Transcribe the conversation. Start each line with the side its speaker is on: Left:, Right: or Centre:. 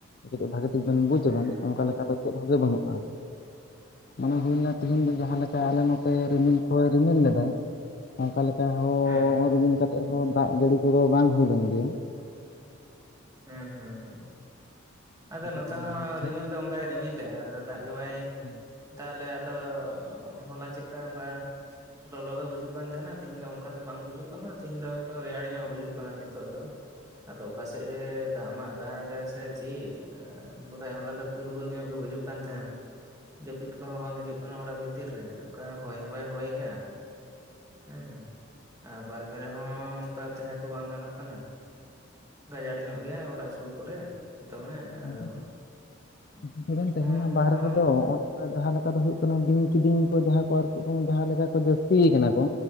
Left: ᱠᱟᱹᱴᱤᱡ ᱵᱷᱟᱜᱮ ᱴᱷᱤᱠ ᱵᱮᱱ ᱵᱩᱡ
Right: ᱦᱮᱸ
Left: ᱟᱵᱮᱱ, ᱚᱱᱠᱟ ᱞᱮᱠᱟ ᱫᱚ ᱪᱮᱫ ᱦᱚᱸᱜᱮ ᱵᱟᱹᱱᱩᱜᱼᱟ᱾ ᱢᱚᱱᱮ ᱦᱩᱭ ᱞᱮᱱᱟ ᱛᱮᱦᱤᱧ ᱫᱚ ᱡᱟᱦᱟᱸ ᱞᱮᱠᱟ ᱟᱞᱮ ᱱᱚᱛᱮ ᱨᱤᱢᱤᱞ ᱠᱚᱭ ᱨᱤᱢᱤᱞ ᱞᱮᱫᱟᱭ ᱚᱱᱠᱟ ᱞᱮᱠᱟ ᱦᱚᱸ
Right: ᱦᱮᱸ ᱦᱮᱸ
Left: ᱨᱤᱢᱤᱞ ᱠᱟᱛᱮᱫ ᱦᱚᱸ ᱫᱟᱜ ᱡᱟᱹᱲᱤ ᱠᱚᱫᱚ ᱵᱟᱝ ᱦᱩᱭᱞᱮᱱ ᱜᱮᱭᱟ᱾
Right: ᱦᱮᱸ ᱦᱮᱸ ᱦᱮᱸ, ᱟᱫᱚ
Left: ᱠᱤᱪᱷᱩ
Right: ᱱᱚᱛᱮ
Left: ᱠᱷᱚᱱ
Right: ᱦᱚᱸ
Left: ᱞᱟᱦᱟ ᱛᱮᱜᱮ
Right: ᱨᱤᱢᱤᱞ ᱫᱚ ᱚᱱᱠᱟᱭ ᱨᱤᱢᱤᱞ ᱞᱮᱜ-ᱟ, ᱟᱫᱚ ᱫᱟᱜ ᱜᱮ ᱵᱟᱭ
Left: ᱦᱮᱸ᱾
Right: ᱫᱟᱜ ᱞᱮᱜ-ᱟ ᱟᱫᱚ ᱦᱚᱞᱟ ᱪᱮᱫ ᱞᱮᱠᱟ ᱚᱱᱠᱟ ᱞᱚᱞᱚ ᱜᱮ ᱵᱩᱡᱩᱜ ᱠᱟᱱ ᱛᱟᱦᱮᱱᱟ ᱛᱤᱦᱤᱧ ᱫᱚ ᱚᱱᱠᱟ ᱫᱚ ᱵᱟᱝ ᱵᱩᱡᱩᱜ ᱠᱟᱱᱟ ᱛᱤᱦᱤᱧ ᱫᱚ ᱮᱠᱴᱩ ᱨᱮᱭᱟᱲ ᱧᱚᱜ ᱵᱩᱡᱩᱜ ᱠᱟᱱᱟ ᱱᱤᱛᱚᱜ ᱫᱚ᱾ ᱟᱫᱚ ᱚᱠᱟ ᱥᱮᱫ-ᱮ ᱫᱟᱜ ᱢᱟᱜ ᱫᱟᱜ-ᱟᱭ ᱥᱮ ᱪᱮᱫ, ᱮᱸ ᱵᱟᱠᱷᱟᱡ ᱦᱚᱞᱟ ᱫᱚ ᱠᱟᱹᱞ ᱵᱟᱹᱞ ᱧᱚᱜ ᱜᱮ ᱵᱩᱡᱩᱜ ᱠᱟᱱ ᱛᱟᱦᱮᱸ᱾ ᱡᱟᱹᱯᱤᱫ ᱠᱚᱦᱚᱸ ᱵᱟᱝ ᱦᱤᱡᱩᱜ ᱠᱟᱱᱟ ᱚᱲᱟᱜ ᱵᱷᱤᱛᱤᱨ ᱨᱮ ᱚᱱᱠᱟ ᱦᱚᱭ ᱦᱚ ᱵᱟᱭ ᱦᱚᱭᱮᱜᱼᱟ ᱾ ᱦᱮᱸ ᱟᱨ ᱵᱟᱨᱦᱮ ᱨᱮᱦᱚᱸ ᱚᱱᱠᱟ ᱛᱟᱦᱮᱸ ᱠᱚ ᱵᱟᱝ ᱜᱟᱱᱚᱜ ᱠᱟᱱᱟ ᱾ ᱜᱟᱡᱟᱲ ᱧᱚᱜ ᱜᱮᱭᱟ ᱚᱲᱟᱜ ᱥᱩᱨ ᱠᱚᱨᱮ ᱫᱚᱢᱮ ᱟᱫᱚ
Left: ᱚᱱᱠᱟ
Right: <inaudible>
Left: ᱪᱤᱠᱟᱹ ᱛᱮᱵᱮᱱ ᱛᱟᱦᱮᱱᱟ ᱵᱟᱦᱨᱮ
Right: ᱚᱱᱼᱚᱱᱠᱟ
Left: ᱨᱮᱫᱚ ᱱᱚᱜᱼᱚ
Right: ᱾
Left: ᱱᱚᱝᱠᱟ ᱡᱟᱦᱟᱸ ᱞᱮᱠᱟ ᱫᱚ ᱦᱩᱭᱩᱜ ᱠᱟᱱᱟ ᱵᱤᱧ ᱠᱤᱫᱤᱧ ᱠᱚ ᱡᱟᱦᱟᱸ ᱠᱚ ᱟᱨᱠᱤ ᱡᱟᱦᱟᱸ ᱞᱮᱠᱟ ᱠᱚ ᱡᱟᱹᱥᱛᱤ ᱟᱠᱟᱱᱟ ᱠᱚ